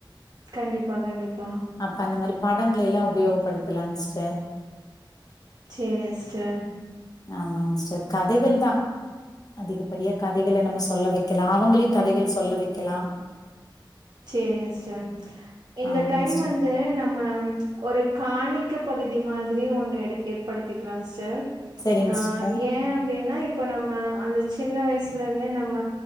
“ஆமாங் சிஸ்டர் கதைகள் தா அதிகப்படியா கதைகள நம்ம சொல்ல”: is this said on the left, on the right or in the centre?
Left